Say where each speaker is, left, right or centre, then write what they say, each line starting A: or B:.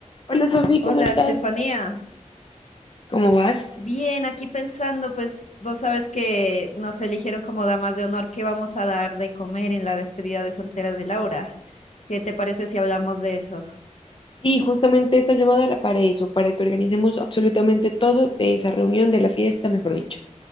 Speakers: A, on the left (about 45°); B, on the left (about 65°).
A: Hola Sofi,
B: Hola,
A: ¿cómo estás?
B: Estefanía.
A: ¿Cómo vas?
B: Bien, aquí pensando, pues vos sabes que nos eligieron como damas de honor. ¿Qué vamos a dar de comer en la despedida de soltera de Laura? ¿Qué te parece si hablamos de eso?
A: Sí, justamente esta llamada era para eso, para que organicemos absolutamente todo de esa reunión de la fiesta, mejor dicho.